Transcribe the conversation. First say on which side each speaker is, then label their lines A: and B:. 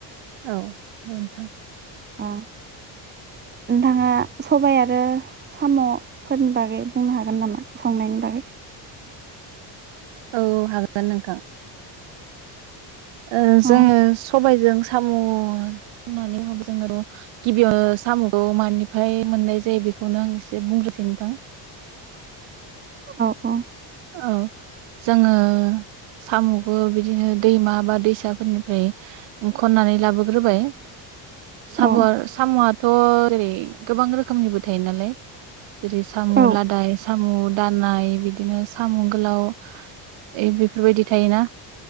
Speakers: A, on the right; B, on the right.
A: औ नोंथां
B: औ नोंथांआ सबाइ आरो साम'फोरनि बागै बुंनो हागोन नामा संनायनि बागै
A: औ हागोन नोंथां ओ
B: औ
A: जोङो सबायजों साम' होननानै बुङोब्ला जोंनो' गिबिआवनो साम'खौ मानिफ्राय मोननाय जायो बेखौनो आं एसे बुंग्रोसै नोंथां
B: औ औ
A: औ जोङो साम'खौ बिदिनो दैमा बा दैसाफोरनिफाय ख'ननानै लाबोग्रोबाय साम'
B: औ
A: साम'आ थ' जेरै गोबां रोखोमनिबो थायो नालाय जेरै सामु
B: औ
A: लादाय सामुन दाननाय बिदिनो सामु गोलाउ ओ बेफोरबादि थायोना